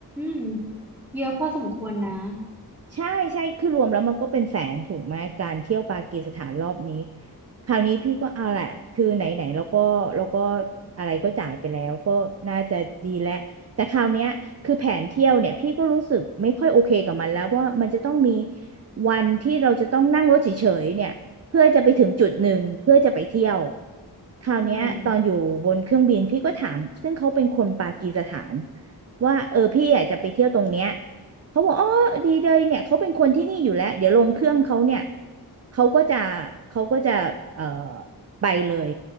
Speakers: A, in the centre; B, on the right (about 40°).
A: มเยอะพอสมควรนะ
B: ใช่ใช่คือรวมแล้วมันก็เป็นแสนถูกไหมการเที่ยวปากีสถานรอบนี้คราวนี้พี่ก็เอาแหละคือไหนไหนแล้วก็แล้วก็อะไรก็จ่ายไปแล้วก็น่าจะดีแล้วแต่คราวเนี้ยคือแผนเที่ยวเนี่ยพี่ก็รู้สึกไม่ค่อยโอเคกับมันแล้วเพราะว่ามันจะต้องมีวันที่เราจะต้องนั่งรถเฉยๆเนี่ยเพื่อจะไปถึงจุดหนึ่งเพื่อจะไปเที่ยวคราวเนี้ยตอนอยู่บนเครื่องบินพี่ก็ถามซึ่งเขาเป็นคนปากีสถาน
A: อืม
B: ว่าเออพี่อยากจะไปเที่ยวตรงเนี้ย เขาบอกอ๋อดีเลยเนี่ยเขาเป็นคนที่นี่อยู่แล้วเดี๋ยวลงเครื่องเขาเนี่ยเขาก็จะเขาก็จะเอ่อไปเลย